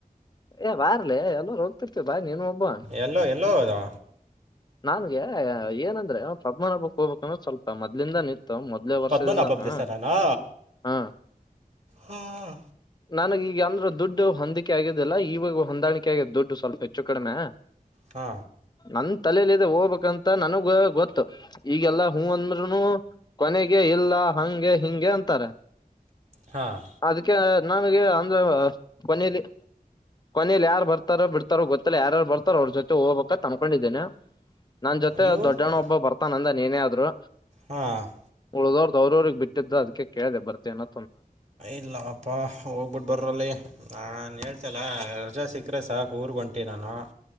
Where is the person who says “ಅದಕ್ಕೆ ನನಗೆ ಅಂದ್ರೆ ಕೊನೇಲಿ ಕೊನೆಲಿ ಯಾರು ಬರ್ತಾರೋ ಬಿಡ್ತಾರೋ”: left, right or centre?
Left